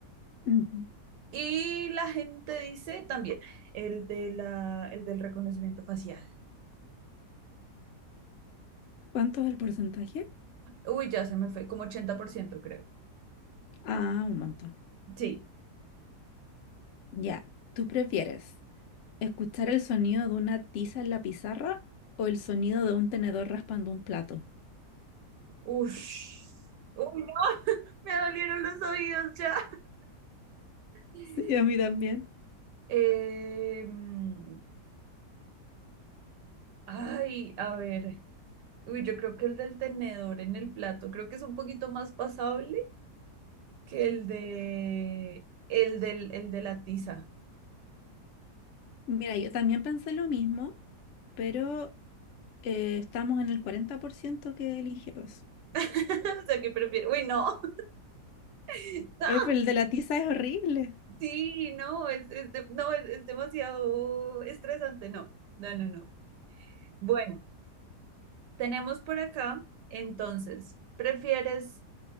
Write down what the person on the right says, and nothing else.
Y la gente dice también el de la el del reconocimiento facial.
Uy, ya se me fue, como ochenta por ciento creo.
Sí.
Ush. Uy, no, me dolieron los oídos ya. <laughs>
Em, ay, a ver. Uy, yo creo que el del tenedor en el plato, creo que es un poquito más pasable que el de el del el de la tiza.
<laughs> O sea, que prefiero. Uy, no. <laughs>
Sí, no, es, es de- no, es, es demasiado estresante, no, no, no, no. Bueno, tenemos por acá, entonces, ¿prefieres